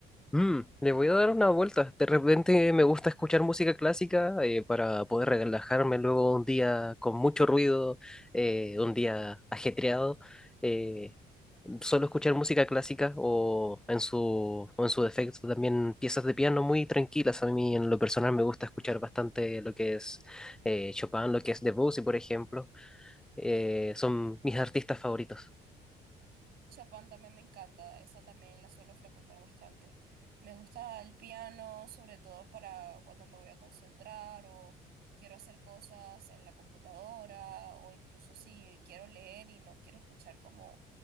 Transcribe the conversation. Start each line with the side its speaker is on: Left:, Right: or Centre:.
Centre: Mm, le voy a dar una vuelta. De repente me gusta escuchar música clásica eh, para poder relajarme luego un día con mucho ruido, eh, un día ajetreado. eh, suelo escuchar música clásica o en su, o en su defecto también piezas de piano muy tranquilas. A mí en lo personal me gusta escuchar bastante lo que es eh, Chopin, lo que es Debussy, por ejemplo. Eh, son mis artistas favoritos.
Right: Chopin también me encanta, esa también la suelo frecuentar bastante. Me gusta el piano, sobre todo para cuando me voy a concentrar o quiero hacer cosas en la computadora o incluso si quiero leer y no quiero escuchar como